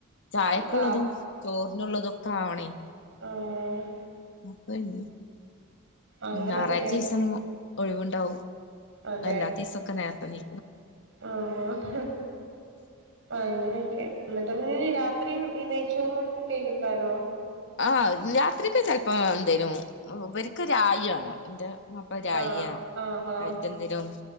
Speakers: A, on the left (about 60°); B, on the right (about 60°).
A: ചായക്ക്ള്ളതും
B: ഒക്കെ
A: ചോറ്ന്ള്ളതും ഒക്കാവണേ.
B: അഏഹ്.
A: ആഹ് പ എന്നും
B: അങ്ങനൊക്കെ
A: ഞായറാഴ്ച ഈസം ഒഴിവ്ണ്ടാവും.
B: അതെ
A: അല്ലാത്തീസൊക്കെ നേരത്തെ നീ
B: ആഹ്. അപ്പ അങ്ങനൊക്കെ. ഇന്നട്ട് പിൻ ഈ രാ ത്രിം ഈ നെയ്ച്ചോറും ഒക്കെ യ്ക്കാരോ.
A: ആഹ് രാത്രിക്ക് ചെൽപ്പോ എന്തേലും ഇവർക്ക് രായി വാണം. ഇന്റെ വാപ്പ രായിയാ
B: ആഹ് ആഹ് ആഹ്
A: അയറ്റെന്തേലും